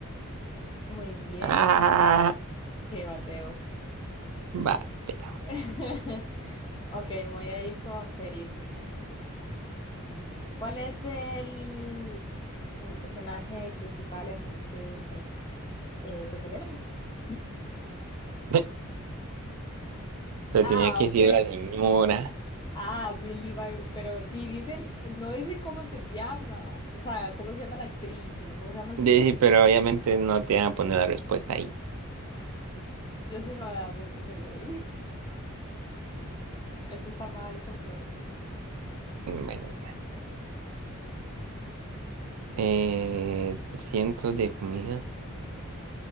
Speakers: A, on the left; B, on the right.
A: Muy bien.
B: Ah,
A: Qué bateo.
B: bateo.
A: <laughs> Ok, voy a ir con serie 100. A ver. ¿Cuál es el, el personaje principal en Stranger Things? Eh, pues Eleven. <laughs>
B: <laughs> pero
A: Ah,
B: tenía que
A: ok.
B: decir la señora.
A: Ah, Millie Bobby- pero di- dice el- el- no dice cómo se llama. O sea, cómo se llama la actriz, sino cómo se llama el...
B: Dice, pero obviamente
A: eh,
B: no te van a poner la respuesta ahí.
A: Ay, yo sí me lo voy a dar porque es Eleven. Esto está mal formulado.
B: Bueno, eh, 300 de comida.